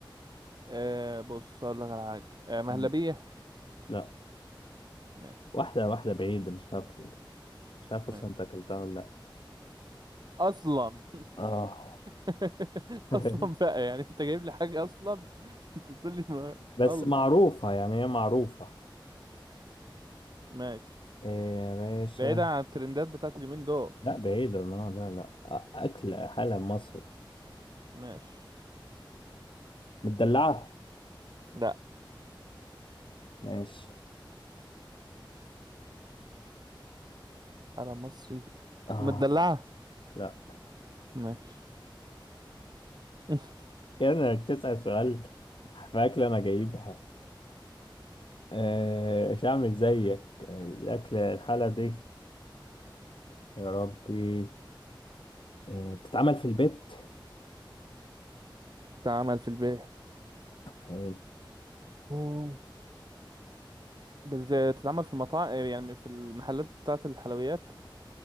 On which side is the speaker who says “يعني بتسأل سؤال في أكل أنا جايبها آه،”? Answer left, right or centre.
Left